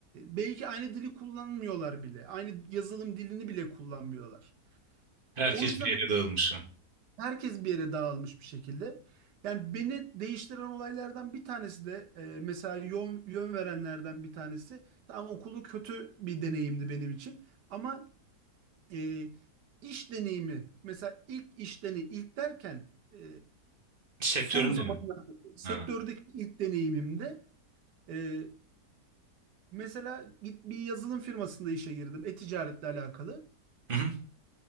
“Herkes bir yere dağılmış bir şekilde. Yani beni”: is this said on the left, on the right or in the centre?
Right